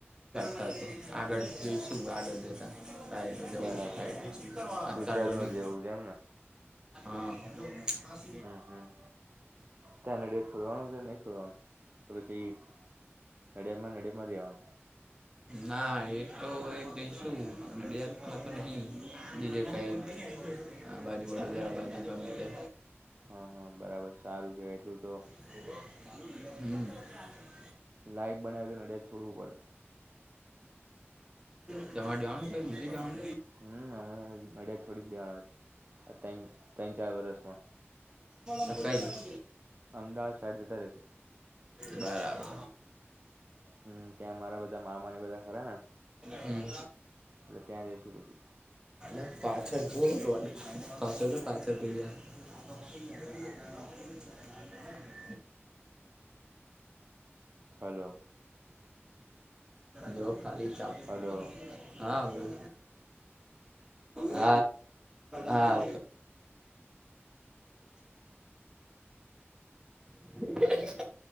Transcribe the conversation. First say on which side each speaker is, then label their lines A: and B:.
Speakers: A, on the right (about 15°); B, on the right (about 45°).
A: ચા તો આગળ
B: હમ હમ
A: જઈશું આગળ જતા સાઈ જવું
B: બરાબર
A: સા અતાર
B: ગુજરાતમાં
A: જો નહી
B: જ રહેવું છે એમને
A: આવશે અસ્
B: હમ હમ ત્યાં નડિયાદ છોડવાનું છે નહી છોડવાનું તો પછી નડિયામાં નડિયાે માં લેવાનું
A: ના એ તો એ જઈશું નડિયાદમાં તો નહી બીજે કઈ હા બાજુ બડ છે બાજુ
B: હમ હમ બરાબર સારું કેવાય તો
A: <inaudible>
B: લાઈફ બનાવે તો નડિયાદ છોડવું પડે
A: હા તમારે જવાનું
B: હમ
A: કંઈ બીજે જવાનું
B: હમ અમે નડિયાદ છોડી જ દેવાના છે. ત ત્રણ ચાર વર્ષમાં.
A: સરપ્રાઈઝ
B: અમદાવાદ સાડ જ ર રહે.
A: બરાબર
B: હમ ત્યાં મારા બધા મામાને બધા ખરા ને
A: હમ
B: એટ ત્યાં જસુ પછી.
A: એ પાછળ જો રોડ પાછળ તો પાછળ ગયા. <inaudible> <unintelligible>
B: હલો
A: જો ખલી ચા
B: હલો
A: હા બોલ હ. હા ઓ. <inaudible>